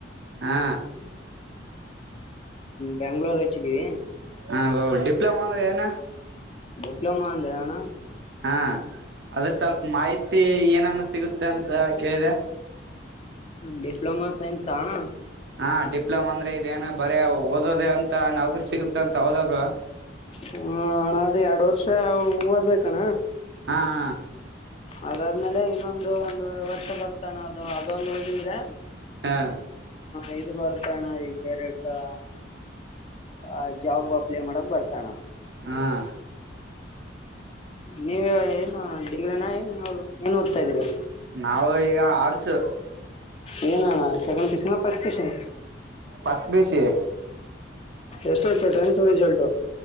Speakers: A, on the right; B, on the left.
A: ಹಾ
B: ಬೆಂಗಳೂರು ಹಚ್ಚಿದೀವಿ.
A: ಹಾ ಬೌ ಡಿಪ್ಲೊಮಾ ಅಂದ್ರೆ ಏನ.
B: ಡಿಪ್ಲೊಮಾ ಅಂದ್ರೆಣ.
A: ಹಾ ಅದ್ರ ಸ್ವಲ್ಪ ಮಾಹಿತಿ ಏನಾನ ಸಿಗುತ್ತೆ ಅಂತ ಕೇಳಿದೆ.
B: ಡಿಪ್ಲೋಮಾ ಸೈನ್ಸ್ ಆಣ.
A: ಹಾ ಡಿಪ್ಲೊಮಾ ಅಂದ್ರೆ ಇದೇಏನ ಬರ ಓದೋದೇ ಅಂತ ನೌಕರಿ ಸಿಗುತ್ತ ಅಂತ ಹೌದಬ್ರೋ
B: ಹಣ ಅದ ಎರಡು ವರ್ಷ ಓದ್ಬೇಕಣ್ಣ.
A: ಹಾಂ
B: ಅದಾದ್ಮೇಲೆ ಇನ್ನೊಂದು ಒಂದು ವರ್ಷ ಬರ್ತಣ ಅದು ಅದೊಂದು ಹೋಗಿದ್ರೆ
A: ಹಾ
B: ಐದು ಪರತಣ ಈಡೈರೆಟಾ ಆ ಜಾಬ್ ಅಪ್ಲೈ ಮಾಡಕ್ ಬರ್ತಾನ
A: ಹಾಂ
B: ನೀವ ಏನು ಡಿಗ್ರನ ಏನ್ ಓದ್ತಾ ಇದ್ದೀರಿ
A: ನಾವ ಈಗ ಆರ್ಟ್ಸ್
B: ಏನಣ ಸೆಕೆಂಡ್ ಪಿ ಯು ಸಿ ನಾ first P U C
A: first P U C
B: ಎಷ್ಟೈಐತ್ತು ಟೆಂತ್ ರಿಸಲ್ಟು